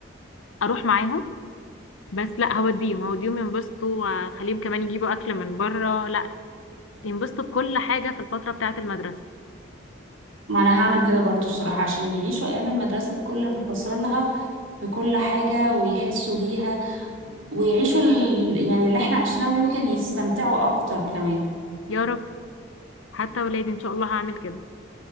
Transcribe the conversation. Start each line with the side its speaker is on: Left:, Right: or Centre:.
Left: اروح معاهم بس لا هوديهم هوديهم ينبسطوا واخليهم كمان يجيبوا اكل من بره لا ينبسطوا بكل حاجه في الفتره بتاعه المدرسه
Right: ما انا هعمل كده برضو الصراحة عشان يعيشوا ايام المدرسة بكل تفاصيلها في كل حاجة ويحسوا بيها ويعيشوا ال... يعني اللي احنا عشناه ويمكن يستمتعوا أكتر كمان
Left: يا رب حتى ولادي ان شاء الله هعمل كده